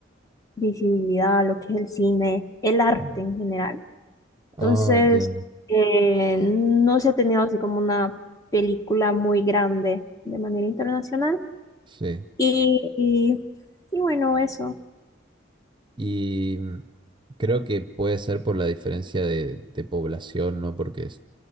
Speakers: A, on the left; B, on the right.
A: visibilidad a lo que es el cine, el arte
B: Mm.
A: en general.
B: Ah,
A: Entonces,
B: entiendo.
A: eh, no se ha tenido así como una película muy grande de manera internacional.
B: Sí.
A: Y, y, y bueno, eso.
B: Y mm, creo que puede ser por la diferencia de, de población, ¿no? Porque es-